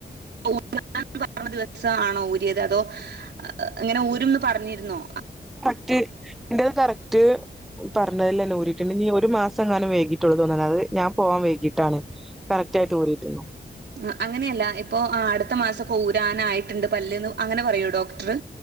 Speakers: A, on the right; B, in the centre.
A: <unintelligible> പറഞ്ഞ ദിവസാണോ ഊരിയത് അതോ അങ്ങനെ ഊരുംന്ന് പർഞ്ഞിരുന്നോ?
B: റ്റ് ഇന്റത് കറക്റ്റ് പർഞ്ഞതില്ലന്നെ ഊരിട്ട്ണ്ട് ഇഞ് ഈ ഒരു മാസങ്ങാനം വൈകിട്ടോള്ളു തോന്ന്ണ് അത് ഞാൻ പോവാൻ വൈകി ട്ടാണ് കറക്റ്റായിട്ട് ഊരിട്ട്
A: ആഹ് അങ്ങനെ അല്ല ഇപ്പൊ അടുത്ത മാസക്കെ ഊരാനായിട്ട്ണ്ട് പല്ല്ന്ന് അങ്ങനെ പറയോ ഡോക്ടറ്?